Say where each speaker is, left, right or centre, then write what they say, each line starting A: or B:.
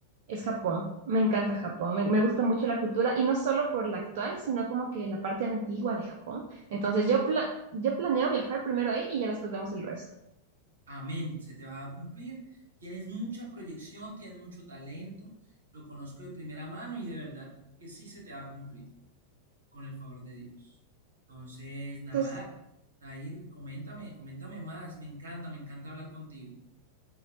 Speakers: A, on the right; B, on the right.
A: es Japón. Me encanta Japón, me, me gusta mucho la cultura y no solo por la actual, sino como que la parte antigua de Japón. Entonces yo, pla- yo planeo viajar primero ahí y ya después vemos el resto.
B: Amén, se te va a cumplir. Tienes mucha proyección, tienes mucho talento, lo conozco de primera mano y de verdad que sí se te va a cumplir con el favor de Dios. Entonces, nada,
A: Entonces,
B: Dair, coméntame, coméntame más, me encanta, me encanta hablar contigo.